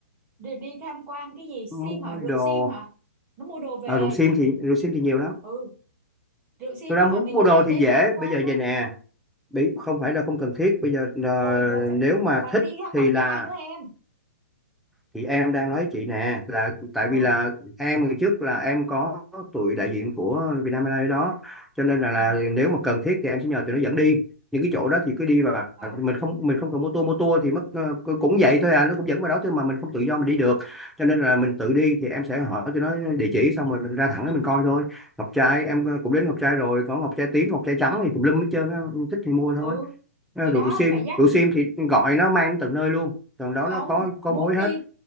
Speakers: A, on the right; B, in the centre.
A: đi, đi tham quan cái gì sim
B: mua
A: hả rượu
B: đồ
A: sim hả nó mua đồ về
B: à, rượu sim
A: chứ
B: thì rượu sim thì nhiều lắm
A: ừ rượu sim
B: tôi đang
A: nhưng mà
B: muốn
A: mình
B: mua đồ
A: phải
B: thì
A: đến
B: dễ
A: tham quan
B: bây giờ
A: á
B: về nè Bị không phải là không cần thiết bây giờ là
A: rồi giờ cái...
B: nếu mà
A: còn
B: thích
A: đi ra Ngọc
B: thì là
A: Trai nữa em
B: chị em đang nói chị nè là tại
A: ừ
B: vì là em ngày trước là em có tụi đại diện của Vietnam Airlines đó cho nên là, là
A: ừ
B: nếu mà cần thiết thì em sẽ nhờ tụi nó dẫn đi những cái chỗ đó thì cứ đi và
A: à,
B: mình không mình không cần mô tô mô tô thì mất ờ, cũng vậy thôi à nó cũng dẫn vào đó thôi mà mình không tự do mình đi được cho nên là mình tự đi thì em sẽ hỏi tụi nó địa chỉ xong rồi mình ra thẳng đó mình coi thôi ngọc trai em ờ, cũng đến ngọc trai rồi có ngọc trai tím ngọc trai trắng thì tùm lum hết trơn á thích thì mua thôi
A: ừ
B: Ờ,
A: thì
B: rượu
A: đó
B: sim
A: phải dắt
B: rượu sim thì gọi nó mang đến tận nơi luôn tận đó
A: không
B: nó có có
A: muốn
B: mối hết
A: đi